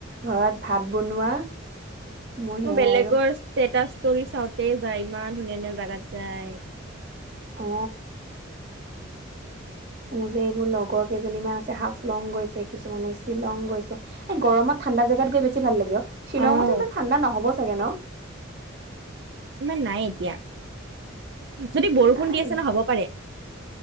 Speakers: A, on the right (about 40°); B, on the right (about 55°).
A: ঘৰত ভাত বনোৱা মোৰ সেয়াই
B: মই বেলেগৰ
A: আৰু
B: ষ্টেটাচ ষ্টৰি চাওঁতে যায় ইমান ধুনীয়া ধুনীয়া জেগাত যায়
A: অ মোৰ যে এইবোৰ লগৰ কেইজনীমান আছে হাফ লং গৈছে কিছুমানে শ্বিলং গৈছে এ গৰমত ঠাণ্ডা জেগাত গৈ বেছি ভাল লাগে অ শ্বিলঙতো
B: অ'
A: ইমান ঠাণ্ডা নহ'ব চাগে ন
B: ইমান নাই এতিয়া যদি বৰষুণ
A: নাই
B: দি আছে ন হ'ব পাৰে